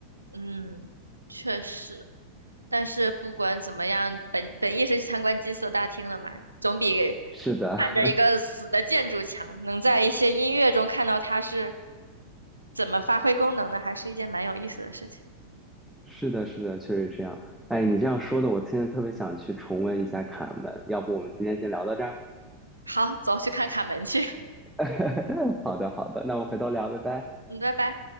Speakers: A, on the right; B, in the centre.
A: 嗯，确实。但是不管怎么样，本本意是去参观金色大厅的嘛，总比
B: 是的。
A: 看着一个死的建筑强。能在一些音乐中看到它是怎么发挥功能的，还是一件蛮有意思的事情。
B: 是的，是的，确实这样。哎，你这样说的，我现在特别想去重温一下《卡门》，要不我们今天先聊到这儿？
A: 好，走去看卡门去，<laughs>
B: <laughs> 好的，好的，那我们回头聊，拜拜。
A: 嗯，拜拜。